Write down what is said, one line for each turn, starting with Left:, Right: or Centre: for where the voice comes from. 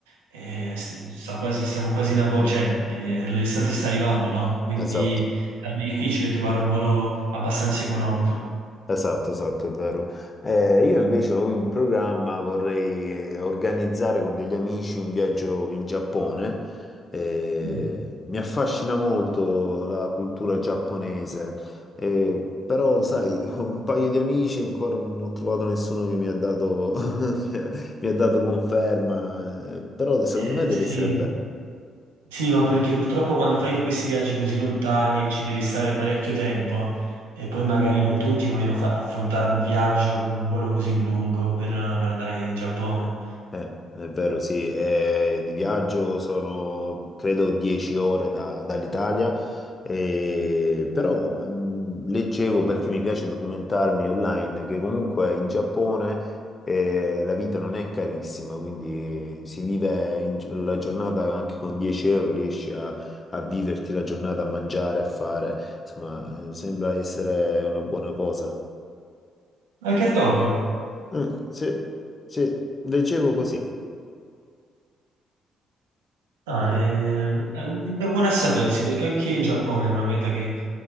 Right: eh, s- sta quasi, siamo quasi in agosto, cioè eh, l'estate sta arrivando, no? Quindi
Left: Esatto.
Right: è difficile trovare un volo abbastanza economico.
Left: Esatto, esatto, è vero. Eh, io invece ho in programma, vorrei organizzare con degli amici un viaggio in Giappone. Eh,
Right: Mm.
Left: mi affascina molto la cultura giapponese, Eh, però sai, <laughs> ho un paio di amici e ancora non ho trovato nessuno che mi ha dato, <laughs> mi ha dato conferma, Eh, però secondo
Right: Eh,
Left: me deve
Right: sì.
Left: essere bello.
Right: Sì, ma perché purtroppo quando fai questi viaggi così lontani ci devi stare parecchio tempo e poi magari non tutti vogliono fa- affrontare un viaggio, un volo così lungo per per andare in Giappone.
Left: Eh, è vero, sì, eh, di viaggio sono credo 10 ore da- dall'Italia, eh, però mh, leggevo perché mi piace documentarmi online che comunque in Giappone eh, la vita non è carissima, quindi si vive in gi- la giornata anche con 10 euro, riesci a, a viverti la giornata, a mangiare, a fare, insomma, eh, sembra essere una buona cosa.
Right: Anche a Tokyo.
Left: Mm, sì, sì, leggevo così.
Right: Ah,
Left: sì.
Right: eh, è buona a sapersi perché anche in Giappone è una meta che